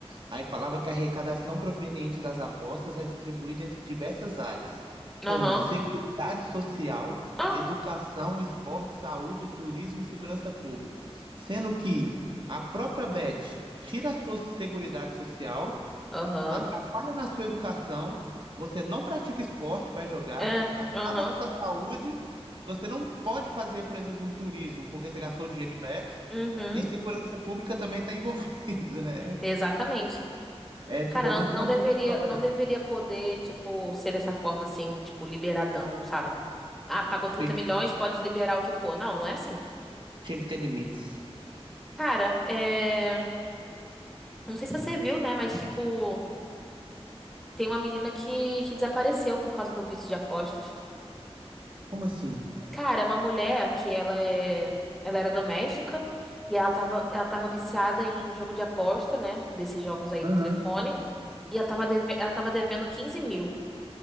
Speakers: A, on the right; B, in the centre.
A: Aí falava que a arrecadação proveniente das apostas é distribuída entre diversas áreas, como
B: Aham.
A: seguridade social,
B: ah,
A: educação, esporte, saúde, turismo e segurança pública, sendo que a própria Bet tira a sua seguridade social,
B: Aham.
A: atrapalha na sua educação, você não pratica esporte para jogar,
B: É.
A: acaba
B: Aham.
A: com sua saúde, você não pode fazer, por exemplo, um turismo porque você gastou dinheiro em Bet.
B: Uhum.
A: E segurança pública também está envolvida, <laughs> né?
B: Exatamente.
A: É, tipo,
B: Cara,
A: é
B: não,
A: muito
B: não
A: contraditório,
B: deveria, não
A: né?
B: deveria poder, tipo, ser dessa forma assim, tipo, liberadão, sabe? Ah, pagou 30
A: Tem,
B: milhões, pode liberar o que for. Não, não é assim.
A: tinha que ter limites.
B: Cara, é... não sei se você viu, né? Mas, tipo. Tem uma menina que, que desapareceu por causa do vício de apostas.
A: Como assim?
B: Cara, é uma mulher que ela é, ela era doméstica e ela tava, ela tava viciada em jogo de aposta, né? Desses jogos aí
A: Aham,
B: do telefone. E ela tava, deve, ela tava devendo 15 mil